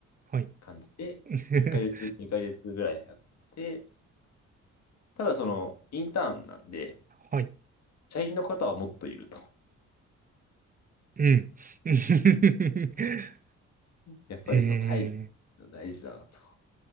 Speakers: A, on the right (about 30°); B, on the left (about 60°).
A: はい。
B: 感じで、
A: <laughs>
B: 1ヶ月、2ヶ月ぐらいやって、ただその、インターンなんで、
A: はい。
B: 社員の方はもっといると。
A: うん。<laughs>
B: やっぱりその体力が大事だなと。
A: えー、